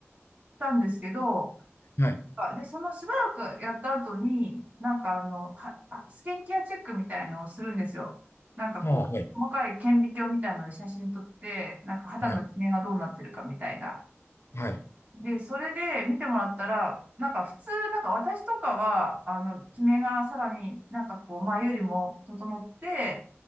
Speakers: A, on the right (about 35°); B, on the left (about 60°).
A: たんですけど、
B: はい。
A: あで、そのしばらくやった後に、なんかあの、は、あスキンケアチェックみたいのをするんですよ。なんかこう、
B: ああ、はい、
A: 細かい顕微鏡みたいので写真撮って、なんか肌のキメがどうなってるかみたいな。
B: はい、はい、
A: で、それで見てもらったら、なんか普通、なんか私とかは、あの、キメがさらになんかこう、前よりも整って、